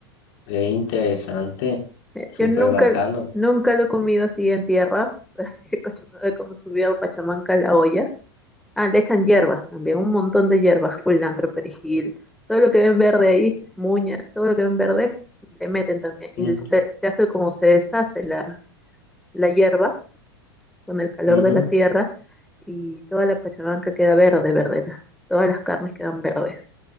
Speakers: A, on the left (about 60°); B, in the centre.
A: Es interesante,
B: Eh,
A: súper
B: Yo nunca,
A: bacano.
B: nunca lo he comido así en tierra, <laughs> así como he comido pachamanca en la olla Ah, le echan hierbas también, un montón de hierbas, culantro, perejil, todo lo que ven verde ahí, muña, todo lo que ven verde, le meten también.
A: Ujú,
B: Y se, se hace como se deshace la, la hierba con el calor
A: ujú,
B: de la tierra y toda la pachamanca queda verde, verde, la- todas las carnes quedan verdes.